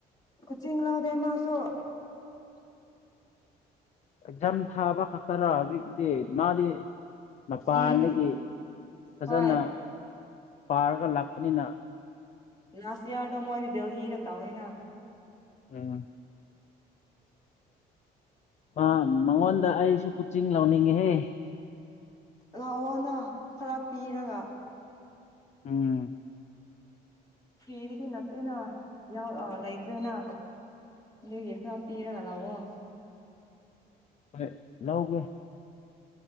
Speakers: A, on the left; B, on the left.
A: ꯀꯣꯆꯤꯡ ꯌꯥꯎꯗꯦ ꯃꯥꯁꯨ
B: ꯑꯦꯛꯖꯝ ꯊꯥꯕ ꯈꯛꯇꯔ ꯍꯧꯖꯤꯛꯗꯤ ꯃꯥꯗꯤ ꯃꯄꯥꯟꯗꯒꯤ
A: ꯎꯝ
B: ꯐꯖꯅ
A: ꯍꯣꯏ
B: ꯄꯥꯔꯒ ꯂꯥꯛꯄꯅꯤꯅ
A: ꯅꯥꯁ ꯌꯥꯔꯗꯣ ꯃꯣꯏꯗꯤ ꯗꯦꯜꯂꯤꯗ ꯇꯧꯋꯦꯅ
B: ꯎꯝ ꯑꯝ ꯃꯉꯣꯟꯗ ꯑꯩꯁꯨ ꯀꯨꯆꯤꯡ ꯂꯧꯅꯤꯡꯉꯤꯍꯦ
A: ꯂꯥꯛꯑꯣꯅ ꯈꯔ ꯄꯤꯔꯒ
B: ꯎꯝ
A: ꯐꯔꯤꯗꯒꯤ ꯅꯠꯇꯦꯅ ꯌꯥꯎ ꯑꯥ ꯂꯩꯇ꯭ꯔꯦꯅ ꯑꯗꯨꯒꯤ ꯈꯔ ꯄꯤꯔꯒ ꯂꯥꯎꯑꯣ
B: ꯍꯣꯏ ꯂꯧꯒꯦ